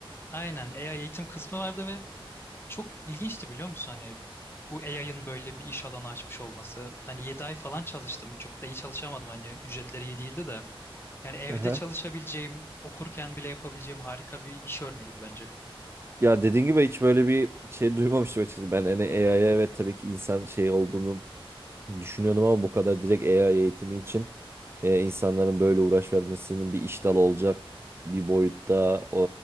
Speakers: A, on the left; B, on the right.
A: Aynen AI eğitim kısmı vardı Çok ilginçti biliyor musun hani bu AI'ın böyle bir iş alanı açmış olması. Hani 7 ay falan çalıştım. Çok da iyi çalışamadım hani ücretleri iyi değildi de. Yani evde
B: Aha.
A: çalışabileceğim, okurken bile yapabileceğim harika bir iş örneğiydi bence.
B: Ya dediğin gibi hiç böyle bir şey duymamıştım açıkçası. Ben hani AI'ya evet tabii ki insan şey olduğunu düşünüyordum ama bu kadar direkt AI eğitimi için e, insanların böyle uğraş vermesinin bir iş dalı olacak bir boyutta